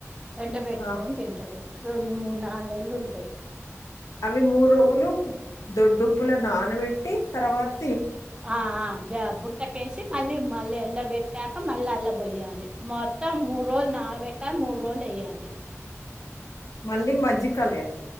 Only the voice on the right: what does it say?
ఎండ బెట్టుకొని
తింటరు. రెండు మూడ్ నాల్ నేల్ ఉంటాయ్.
ఆ ఆ జ బుట్టకేసి మళ్ళీమ్ మళ్ళీ ఎండబట్టాక మళ్ళీ అల్లబోయాలి. మొత్తం మూర్ రోలు నానబెట్టాలి మూర్ రోలు ఏయాలి.